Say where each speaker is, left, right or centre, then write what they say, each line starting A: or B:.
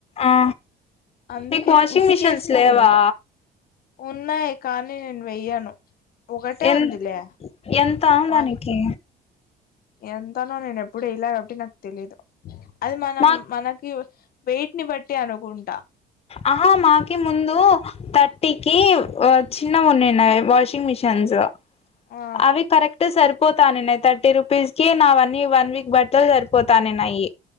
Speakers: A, on the left; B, on the left.
A: ఆ
B: అందుకే
A: మీకు వాషింగ్
B: ఉతికేసి
A: మిషిన్స్
B: మళ్ళీ
A: లేవా
B: తింటా ఉన్నాయి కానీ నేను వెయ్యను ఒకటే
A: ఎన్
B: ఉందిలే
A: ఎన్ ఎంత ఆ
B: వా
A: దానికి
B: ఎంతనో నేను ఎప్పుడు ఇయ్యలే కాబట్టి నాకు తెలీదు అది మనం
A: మా
B: మనకి వైట్ని బట్టి అనుకుంటా
A: ఆహా మాకి ముందు తట్ టిక్కీ వ చిన్నగున్నాయి అవి వాషింగ్ మెషిన్సు
B: ఆ
A: అవి కరెక్టే సరిపో పోతానే థర్టీ రుపీస్ కి నావన్ని వన్ వీక్ బట్టలు సరిపోతాననాయి